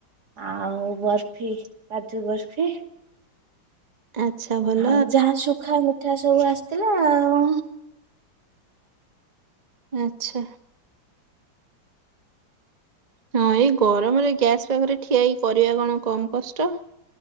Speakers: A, on the right (about 55°); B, on the right (about 30°).
A: ଆଉ ବର୍ଫି। କାଜୁ ବର୍ଫି।
B: ଆଚ୍ଛା ଭଲ
A: ଆଉ ଯାହା ଶୁଖା ମିଠା ସବୁ ଆସିଥିଲା ଆଉ।
B: ଆଚ୍ଛା। ହଁ ଏଇ ଗରମରେ ଗ୍ୟାସ ପାଖରେ ଠିଆ ହେଇକି କରିବା କଣ କମ କଷ୍ଟ।